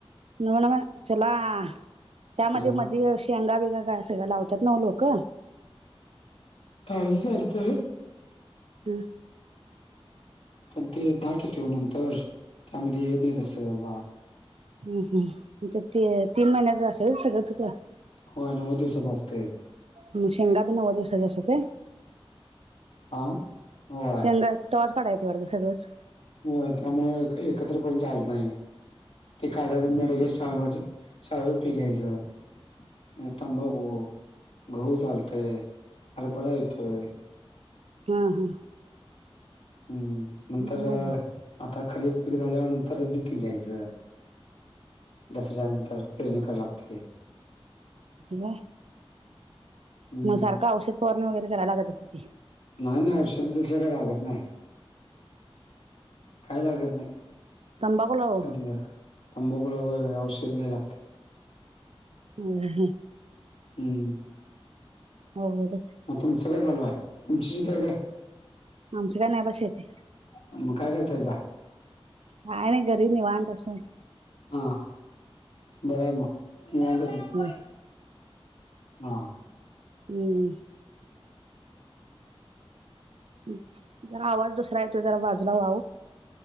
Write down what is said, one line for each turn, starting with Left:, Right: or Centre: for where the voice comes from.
Right: नव नव चला त्यामध्ये
Left: कशाला
Right: मध्ये यश शेंगाभिंगा काय सगळं लावतात. ना लोक
Left: काही चालतंय.
Right: हम्म
Left: पण ते दाट येतो ओ नंतर त्यामध्ये येत नाही. बसत बा
Right: हम्म हम्म ते तीन महिन्याच असतंय व्हय सगळं तिथं
Left: होय नव्वद दिवसाच असतंय.
Right: हा शेंगा बी नव्वद दिवसच्या असतात काय.
Left: हा होय
Right: शेंगा तवाच काढायचं वाटतं सगळंच
Left: होय त्यामुळ एक एकत्र करून चालत नाही. ते काढायचं मग लगेच सांगायचं शाळू पीक घ्यायचं. नाही तंबाखू गहू चालतंय. हरभरा येतोय.
Right: हा हा
Left: हम्म नंतर
Right: मग
Left: आता खरीप पिक झाल्यानंतर बीट पीक घ्यायचंय दसऱ्यानंतर प्रयत्न करायला लागते.
Right: मग
Left: हम्म
Right: सारखं औषध फवारणी वगैरे करायला लागत. अस की
Left: नाही नाही औषध तसलं काय लागत नाही. काय लागत नाही.
Right: तंबाखूला हो
Left: अ तंबाखूला वय औषध लय लागते.
Right: हा हा
Left: हम्म
Right: नव्वद च आहे.
Left: मग तुमचं काय चालू आहे. तुमची शेती आहे. काय
Right: आमचं काय नाही. बा शेती
Left: मग काय करतायसा.
Right: काय नाही घरी निवांत असुन
Left: हा बरं आहे मग निवांत तुमचं
Right: होय
Left: हा
Right: हम्म हम जरा आवाज दुसरा येतोय. जरा बाजूला व्हा ओ